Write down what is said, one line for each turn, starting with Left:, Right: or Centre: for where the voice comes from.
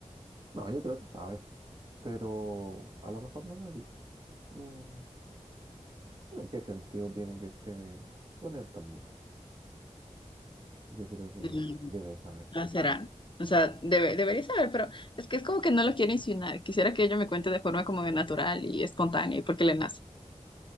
Right: No, yo creo que sabe, pero a lo mejor no lo ha dicho. No, pero ¿qué sentido tiene que esté con él también? Yo creo que
Left: Mm,
Right: debe saber.
Left: No será. O sea, debe- debería saber, pero es que es como que no lo quiere insinuar. Quisiera que ella me cuente de forma como natural y espontánea y porque le nace.